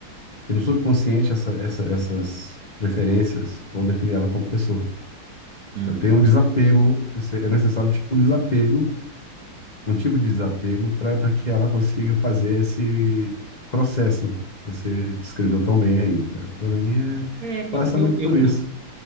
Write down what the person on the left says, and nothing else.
que no subconsciente essa, essa, essas preferências vão definir ela como pessoa.
Então, tem um desapego, esse- é necessário tipo um desapego, um tipo de desapego para para que ela consiga fazer esse processo. que Você descreveu
tão bem aí. cara. Para mim, é,
passa
muito
por isso.